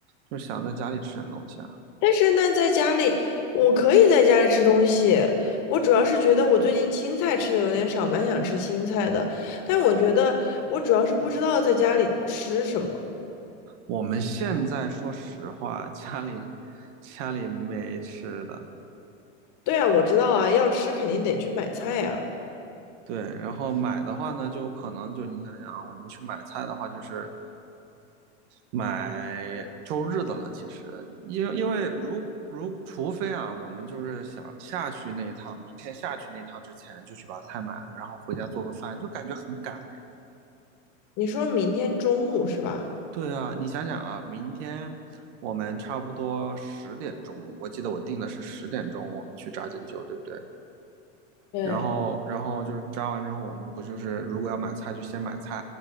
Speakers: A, on the right; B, on the left.
A: 就想在家里吃点东西啊？
B: 但是那在家里，我可以在家里吃东西。我主要是觉得我最近青菜吃的有点少，蛮想吃青菜的。但我觉得我主要是不知道在家里吃什么。
A: 我们现在说实话，家里家里没吃的，
B: 对啊，我知道啊，要吃肯定得去买菜啊。
A: 对，然后买的话呢，就可能就你想想啊，我们去买菜的话，就是买周日的了，其实，因为因为如果如果除非啊，我们就是想下去那一趟，明天下去那一趟之前就去把菜买了，然后回家做个饭，就感觉很赶。
B: 你说明天中午是吧？
A: 对啊，你想想啊，明天我们差不多十点钟，我记得我定的是十点钟，我们去扎针灸，对不对？
B: 对
A: 然后然后就是扎完之后，我们不就是如果要买菜就先买菜，